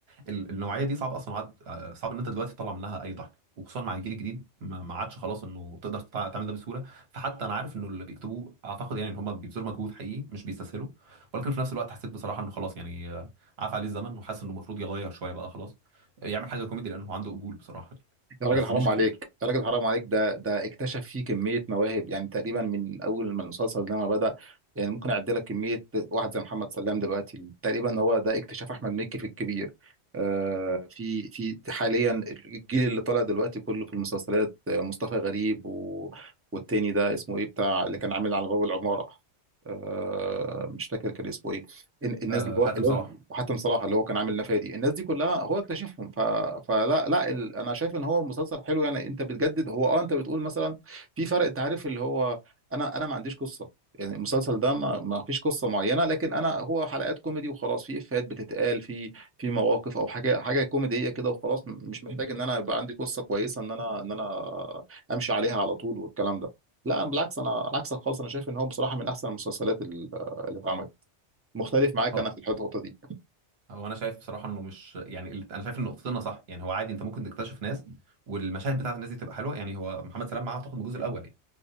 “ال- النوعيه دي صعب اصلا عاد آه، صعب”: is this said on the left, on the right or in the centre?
Right